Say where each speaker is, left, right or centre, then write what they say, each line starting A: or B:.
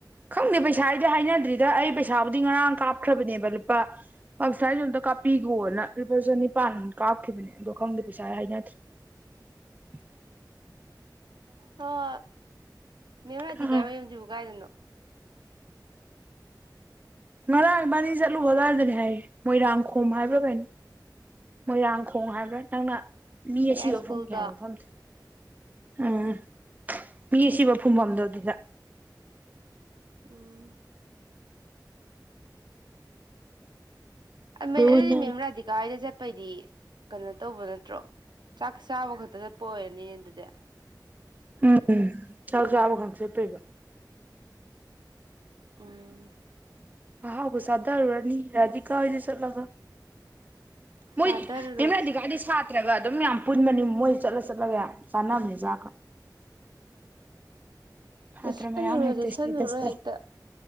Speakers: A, on the right; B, on the right.
A: ꯈꯪꯗꯦ ꯄꯩꯁꯥ ꯑꯩꯗꯤ ꯍꯥꯏꯅꯗ꯭ꯔꯤꯗ ꯑꯩ ꯄꯩꯁꯥꯕꯨꯗꯤ ꯉꯔꯥꯡ ꯀꯥꯞꯈ꯭ꯔꯕꯅꯦꯕ ꯂꯨꯄꯥ ꯄꯞꯁꯥꯏꯁ ꯑꯝꯇ ꯀꯥꯞꯄꯤ ꯄꯤꯒꯣꯅꯨꯄꯥꯁ ꯅꯤꯄꯥꯟ ꯀꯥꯞꯈꯤꯕꯅꯦ ꯑꯗꯣ ꯈꯪꯗꯦ ꯄꯩꯁꯥ ꯍꯥꯏꯅꯗ꯭ꯔꯦ <unintelligible>
B: ꯑꯣ ꯃꯅꯥ
A: ꯀꯝ
B: ꯀꯥꯏꯖꯤ ꯎ ꯀꯥꯏꯗꯅꯣ
A: ꯉꯔꯥꯡꯕꯥꯅꯤ ꯆꯠꯂꯨꯕ ꯑꯗꯨꯋꯥꯏꯗꯗꯤ ꯍꯥꯏꯌꯦ ꯃꯣꯏꯔꯥꯡꯈꯣꯝ ꯍꯥꯏꯕ꯭ꯔꯥ ꯀꯩꯅꯣ ꯃꯣꯏꯔꯥꯡꯈꯣꯡ ꯍꯥꯏꯕ꯭ꯔꯥ ꯅꯪꯅ ꯃꯤ ꯑꯁꯤꯕ
B: ꯌꯥꯏ ꯁ꯭ꯀꯨꯜꯗꯣ
A: ꯐꯨꯝꯒꯤ ꯍꯥꯏꯕ ꯃꯐꯝꯗꯨ ꯎꯝ ꯃꯤ ꯑꯁꯤꯕ ꯐꯨꯝꯐꯝꯗꯣ ꯑꯗꯨꯗ
B: ꯎꯝ ꯃ
A: ꯎꯝ
B: ꯑꯗꯨꯗꯤ ꯃꯦꯝ ꯔꯥꯙꯤꯀꯥ ꯍꯣꯏꯗ ꯆꯠꯄꯩꯗꯤ ꯀꯩꯅꯣ ꯇꯧꯕ ꯅꯠꯇ꯭ꯔꯣ ꯆꯥꯛ ꯆꯥꯕ ꯈꯛꯇ ꯆꯠꯄ ꯑꯣꯏꯔꯅꯤ ꯑꯗꯨꯗꯤ
A: ꯎꯝ ꯎꯝ ꯆꯥꯛ ꯆꯥꯕ ꯈꯛ ꯆꯠꯇꯣꯏꯕ
B: ꯎꯝ
A: ꯑꯥꯎꯕꯨ ꯁꯥꯗꯔ ꯔꯅꯤ ꯔꯙ ꯀꯥ ꯑꯣꯏꯗꯤ ꯆꯠꯂꯒ ꯃꯣꯏ
B: ꯆꯥꯊꯔꯨꯔꯣ
A: ꯗꯤꯗꯤ ꯁꯥ ꯅꯠꯇ꯭ꯔꯒ ꯑꯗꯨꯝ ꯌꯥꯝ ꯄꯨꯟꯕꯅꯤ ꯃꯣꯏ ꯆꯠꯂ ꯆꯠꯂꯒ ꯌꯥꯝ ꯆꯥꯟꯅꯕꯅꯤ ꯆꯖꯥꯛ ꯈ ꯍꯥ
B: ꯆꯠꯁꯜꯂꯨꯔꯣ
A: ꯇ꯭ꯔ ꯃꯌꯥꯝꯝ ꯍꯦꯇꯦ
B: ꯆꯠꯁꯜꯂꯨꯔꯣ
A: ꯏꯁꯇ ꯇꯁꯇ
B: ꯍꯦꯛꯇ